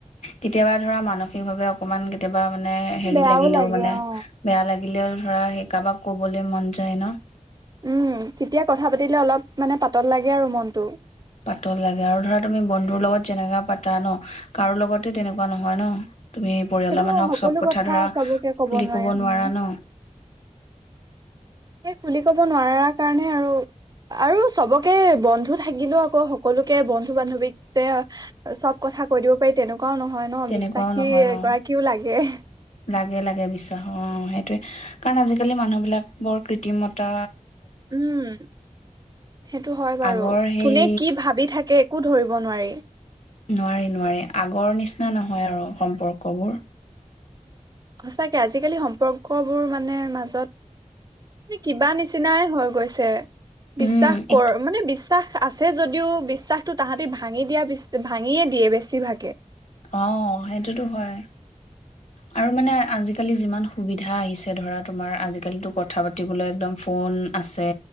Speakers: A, on the left; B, on the right.
A: কেতিয়াবা ধৰা মানসিকভাৱে অকমান কেতিয়াবা মানে হেৰি
B: বেয়াও
A: লাগিলেও
B: লাগে
A: মানে
B: অ
A: বেয়া লাগিল লাগিলেও ধৰা সেই কাৰোবাক ক'বলৈ মন যায় ন
B: উম তেতিয়া কথা পাতিলে অলপ মানে পাতল লাগে আৰু মনটো
A: পাতল লাগে আৰু ধৰা তুমি বন্ধুৰ লগত যেনেকা পাতা ন কাৰো লগতে তেনেকুৱা নহয় ন তুমি পৰিয়ালৰ
B: সেইটো
A: মানুহক
B: সকলো
A: চব কথা ধৰা
B: চবকে
A: খুলি
B: নোৱাৰে
A: কব নোৱাৰা
B: উম
A: ন?
B: সেই খুলি ক'ব নোৱাৰাৰ কাৰণে আৰু অ আৰু চবকে বন্ধ থাকিলেও আক সকলোকে বন্ধু বান্ধৱীক যে চব কথা কৈ দিব পাৰি তেনেকুৱা তেনেকুৱাও নহয় ন
A: তেনেকুৱাও
B: বিশ্বাসী
A: নহয়
B: এগৰাকীও
A: অ
B: লাগে
A: লাগে লাগে বিশ্বাস অ সেইটোৱে কাৰণ আজিকালি মানুহবিলাক বৰ কৃত্ৰিমতা
B: উম সেইটো হয় বাৰু
A: আগৰ সেই
B: কোনে কি ভাবি থাকে একো ধৰিব নোৱাৰি
A: নোৱাৰি নোৱাৰি আগৰ নিচিনা নহয় আৰু সম্পৰ্কবোৰ
B: সচাকে আজিকালি সম্পৰ্ক বোৰ মানে মাজত কিবা নিচিনাই হৈ গৈছে
A: উম
B: বিশ্বাস
A: এত
B: কৰ মানে বিশ্বাস আছে যদিও বিশ্বাসতটো তাহাঁতি ভাঙি দিয়া ভাঙিয়ে দিয়ে বেছিভাগে
A: অ সেইটোতো হয় আৰু মানে আজিকালি যিমান সুবিধা আহিছে ধৰা তোমাৰ আজিকালিটো কথা পাতিবলৈ একদম ফোন আছে